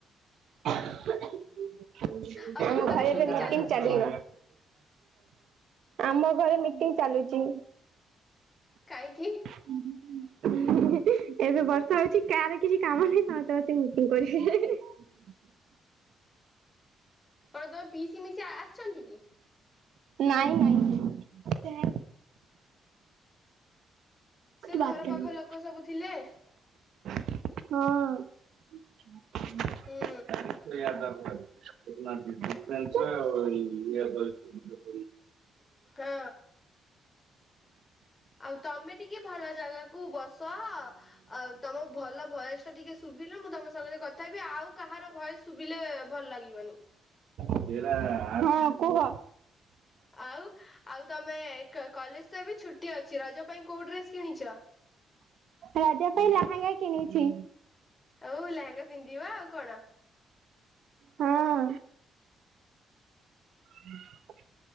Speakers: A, on the right; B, on the left.
A: <unintelligible> <inaudible>
B: ଆଉ
A: ତମ ଘରେ
B: ଟିଭି
A: ଏବେ ମିଟିଂ
B: ଚାଲୁଛି
A: ଚାଲିବ।
B: କି
A: ଆମ ଘରେ ମିଟିଂ ଚାଲୁଛି।
B: କାହିଁକି
A: ଏବେ ବର୍ଷା ହଉଛି କାହାର କିଛି କାମ ନାହିଁ ସମସ୍ତେ ବସିକି ମିଟିଂ କରିବେ।
B: କଣ ତମେ ପିସି ମିଶି ଆସି ନ୍ତି କି?
A: ନାଇଁ ନାଇଁ କୁଛ
B: ସେ ଘର
A: ବାତ କରିନି।
B: ପାଖ ଲୋକ ସବୁ ଥିଲେ।
A: ହଁ। ଆ ାଦବ
B: ହୁଁ
A: <unintelligible> ହ ନୟ <unintelligible>
B: ହଁ ଆଉ ତମେ ଟିକେ ଟିକେ ଭଲ ଜାଗାକୁ ବସ ଆଉ ତମ ଭଲ ଭୟସ ଟା ଟିକେ ଶୁଭିଲୁ ମୁଁ ତମ ସଙ୍ଗେ କଥା ହେବି ଆଉ କାହାର ଭୟସ ଶୁଭିଲେ ଭଲ ଲାଗିବନି।
A: ହଁ କୁହ?
B: ଆଉ ଆଉ ତମେ କଲେଜ ତ ଏବେ ଛୁଟି ଅଛି ରଜ ପାଇଁ କୋଉ ଡ୍ରେସ କିଣିଛ?
A: ରଜ ପାଇଁ ଲହେଙ୍ଗା କିଣିଛି।
B: ହଉ ଲେହଙ୍ଗା ପିନ୍ଧିବା ଆଉ। କଣ?
A: ହଁ। ହୁଁ।